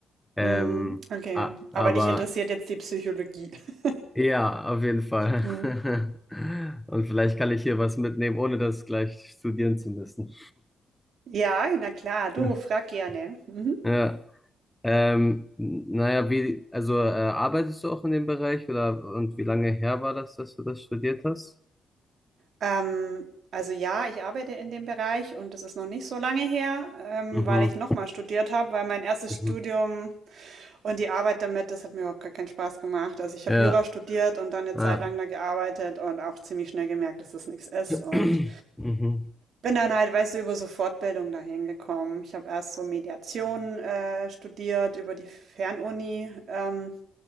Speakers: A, in the centre; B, on the right (about 65°).
A: Ähm,
B: Hm, okay.
A: a-
B: Aber
A: aber
B: dich interessiert jetzt die Psychologie. <laughs>
A: ja, auf jeden Fall.
B: Hm.
A: <laughs> Und vielleicht kann ich hier was mitnehmen, ohne das gleich studieren zu müssen.
B: Ja, na klar, du
A: <laughs>
B: frag gerne. Mhm.
A: Ja. Ähm, naja, wie, also äh, arbeitest du auch in dem Bereich oder und wie lange her war das, dass du das studiert hast?
B: Ähm, also ja, ich arbeite in dem Bereich und das ist noch nicht so lange her, ähm,
A: Mhm.
B: weil ich nochmal studiert habe, weil mein erstes
A: Mhm.
B: Studium und die Arbeit damit, das hat mir überhaupt gar keinen Spaß gemacht. Also ich
A: Ja,
B: habe Jura studiert und dann eine
A: ja.
B: Zeit lang da gearbeitet und auch ziemlich schnell gemerkt, dass das nichts ist und
A: <clears throat> Mhm.
B: bin dann halt, weißt du, über so Fortbildung dahin gekommen. Ich habe erst so Mediation äh, studiert über die Fernuni. Ähm,